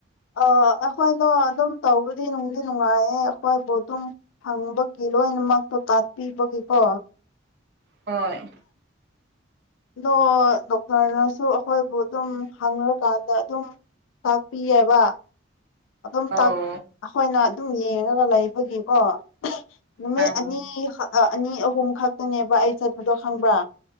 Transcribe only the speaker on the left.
ꯑ ꯑꯩꯈꯣꯏꯗꯣ ꯑꯗꯨꯝ ꯇꯧꯕꯗꯤ ꯅꯨꯡꯗꯤ ꯅꯨꯡꯉꯥꯏꯌꯦ ꯑꯩꯈꯣꯏꯕꯨ ꯑꯗꯨꯝ ꯐꯪꯕꯒꯤ ꯂꯣꯏꯅꯃꯛ ꯇꯀꯥꯄꯤꯕꯒꯤ ꯀꯣ
ꯑꯗꯣ ꯗꯣꯛꯇꯔꯅꯁꯨ ꯑꯩꯈꯣꯏꯕꯨ ꯑꯗꯨꯝ ꯍꯪ꯭ꯔꯀꯥꯟꯗ ꯑꯗꯨꯝ ꯇꯥꯛꯄꯤ ꯌ‌ꯦꯕ ꯑꯗꯨꯝ
ꯇꯥꯛ ꯑꯩꯈꯣꯏꯅ ꯑꯗꯨꯝ ꯌꯦꯡꯉꯒ ꯂꯩꯕꯒꯤꯀꯣ ꯅꯨꯃꯤꯠ
ꯑꯅꯤ ꯑꯅꯤ ꯑꯍꯨꯝ ꯈꯛꯇꯅꯦꯕ ꯑꯩ ꯆꯠꯄꯗꯣ ꯈꯪꯕ꯭ꯔꯥ